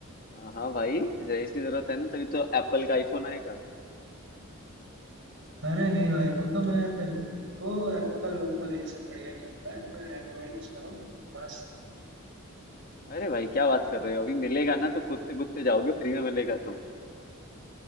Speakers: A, on the left (about 40°); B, on the right (about 60°).
A: हाँ हाँ भाई दहेज की जरूरत है ना तभी तो एप्पल का आईफोन आएगा
B: अरे नहीं भाई वो तो मैं वो एप्पल एप्पल ये सब बढ़िया नहीं होता है अपना एंड्रॉइड यूज करो मस्त
A: अरे भाई क्या बात कर रहे हो अभी मिलेगा ना तो कूदते कूदते जाओगे फ्री में मिलेगा तो